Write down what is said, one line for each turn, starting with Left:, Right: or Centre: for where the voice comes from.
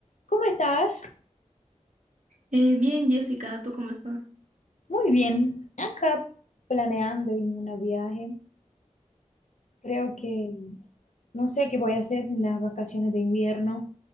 Left: ¿Cómo estás?
Right: Eh, bien, Jessica, ¿tú cómo estás?
Left: Muy bien. Acá planeando en un viaje. Creo que no sé qué voy a hacer en las vacaciones de invierno.